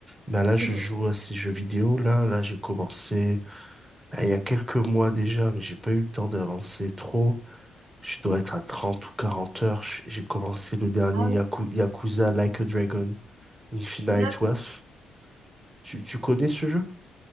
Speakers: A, on the right; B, on the right.
A: Ben là je
B: Mhm.
A: joue à ces jeux vidéo là là j'ai commencé euh, il y a quelques mois déjà, mais j'ai pas eu le temps d'avancer trop. Je dois être à 30 ou 40 heures. J'ai j'ai commencé le dernier
B: Ah ouais.
A: Yaku- Yakuza Like a Dragon Infinite
B: D'ac-
A: Wealth. Tu, tu connais ce jeu?